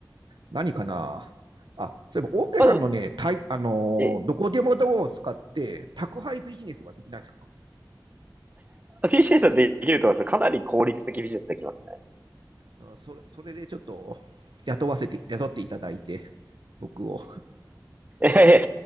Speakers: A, on the right (about 80°); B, on the right (about 20°).
A: 何かな。あ、そういえば、オーケーさんのね、
B: まあ、でも
A: タイあの
B: え、
A: ーどこでもドアを使って宅配ビジネスはできないですか
B: PC さんできると思いますかなり効率的ビジネスできますね。
A: うんそれそれでちょっと雇わせて、雇っていただいて、僕を。
B: いやいや、